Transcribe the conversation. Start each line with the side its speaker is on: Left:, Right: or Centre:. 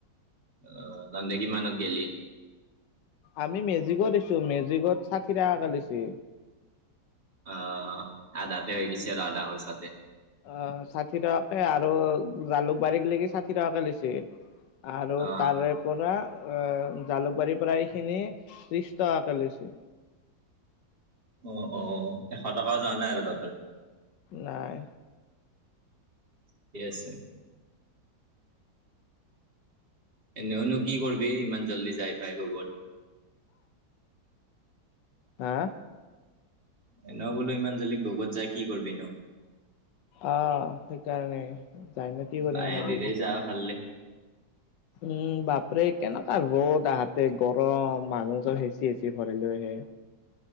Right: অ', তন্ধে কিমান ত গেলি।
Left: আমি মেজিকত আহিছোঁ মেজিকত ষাঠি টাকা কে লৈইছি।
Right: অ', আদাতে হৈ গৈছে আৰু আদাহ খৰচা তে
Left: অ', ষাঠি টকাকে আৰু জালুক বাৰী লেকি ষাঠি টকাকে লৈছে। আৰু
Right: অ
Left: তাৰে পৰা জালুকবাৰীৰ পৰা এইখিনি ত্ৰিছ টকাকৈ লৈছে।
Right: অ', অ', এশ টকাও যোৱা নাই আৰু তহঁতৰ।
Left: নাই।
Right: ঠিকে আছে। এনেওনো কি কৰিবি ইমান জল্দি যাই পাই গৌত।
Left: হা
Right: এনো বোলো ইমান যল্ডি গৌত যায় কি কৰিবি নো।
Left: অ', সেইকাৰণে যায় ন
Right: লাহে
Left: বোলো
Right: ধিৰে যা ভাল দে।
Left: উম বাপৰে কেনেকুৱা ৰ'দ আহাতে গৰম মানুহ চব হেঁচি, হেঁচি ভৰে লৈ আহে।